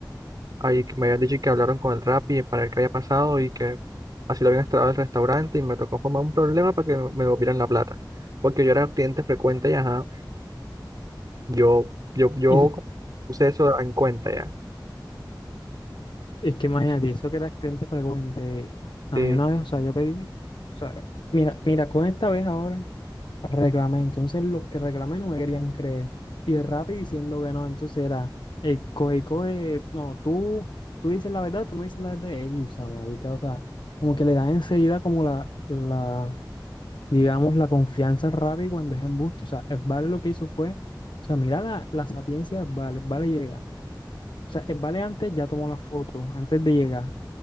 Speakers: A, on the right; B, on the left.
A: ahí que me habían dicho que hablaron con el Rappi para ver qué había pasado y que así lo habían instalado el restaurante y me tocó formar un problema para que me devolvieran la plata. Porque yo era cliente frecuente y ajá, yo, yo, yo
B: Y
A: puse eso en cuenta ya.
B: es que imagínate, eso que era cliente frecuente. A
A: Sí.
B: mí una vez, o sea, yo pedí, o sea, mira, mira, con esta vez ahora reclamé. Entonces los que reclamé no me querían creer. Y de rápido diciendo que no, entonces era, eh, coge, coge, no, tú, tú dices la verdad, tú no dices la verdad. Ey, o sea, marica, o sea, como que le dan enseguida como la, la digamos, la confianza rápida cuando es embuste. O sea, Vale lo que hizo fue, o sea, mira la, la sapiencia de Vale, Vale llega. O sea, Vale antes ya tomó la foto, antes de llegar,